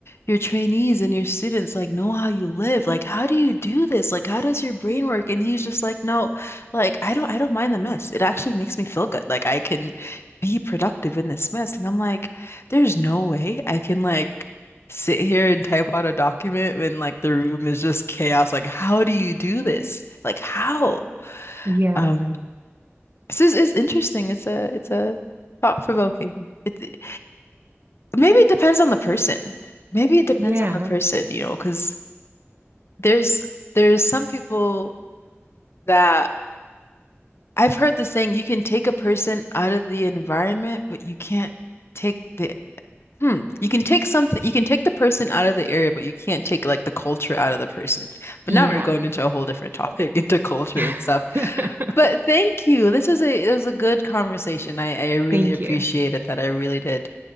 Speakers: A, on the left; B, on the right.
A: your trainees and your students like know how you live. Like, how do you do this? Like, how does your brain work? And he's just like, no, like I don't I don't mind the mess. It actually makes me feel good. Like I can be productive in this mess. And I'm like, there's no way I can like sit here and type out a document when like the room is just chaos. Like, how do you do this? Like, how?
B: Yeah,
A: Um, this is, is interesting. It's a it's a thought provoking. It, it- maybe it depends on the person. Maybe it depends
B: yeah,
A: on the person, you know, because there's there's some people that I've heard the saying you can take a person out of the environment, but you can't take the Hmm. You can take something, you can take the person out of the area, but you can't take like the culture out of the person. But
B: yeah.
A: now we're going into a whole different topic, <laughs> into culture
B: <laughs>
A: and stuff. But thank you. This was a it was a good conversation. I I really
B: Thank
A: appreciated
B: you.
A: that. I really did.